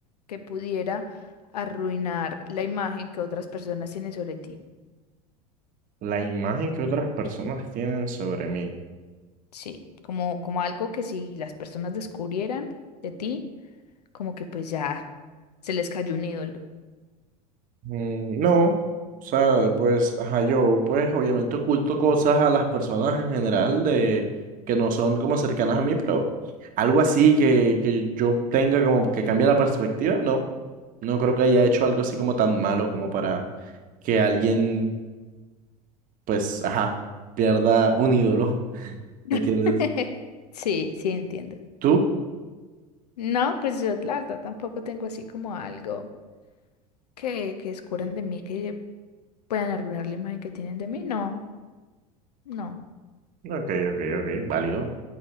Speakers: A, on the left (about 80°); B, on the right (about 45°).
A: que pudiera arruinar la imagen que otras personas tienen sobre ti?
B: ¿la imagen que otras personas tienen sobre mí?
A: Sí, como, como algo que si las personas descubrieran de ti, como que pues ya se les cayó un ídolo.
B: Mm, no, o sea, pues, ajá, yo, pues, obviamente oculto cosas a las personas en general de que no son como cercanas a mí, pero algo así que, que yo tenga como que cambie la perspectiva, no, no creo que haya hecho algo así como tan malo como para que alguien, pues, ajá, pierda un ídolo,
A: <laughs>
B: ¿me entiendes?
A: Sí, sí, entiendo.
B: ¿Tú?
A: No, pues yo la verdad tampoco tengo así como algo que, que descubran de mí que puedan arruinar la imagen que tienen de mí. No, no.
B: Ok, ok, ok, válido.